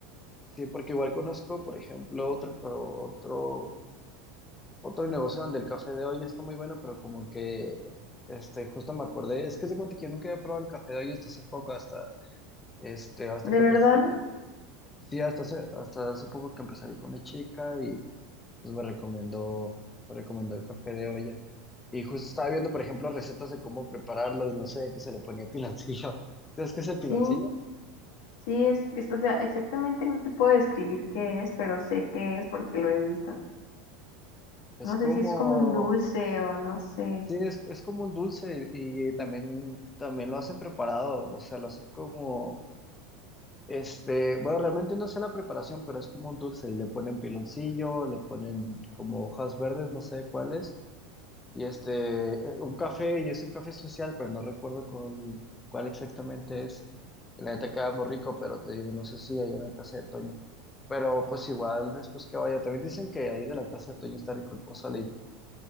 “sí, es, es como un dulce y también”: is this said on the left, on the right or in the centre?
Left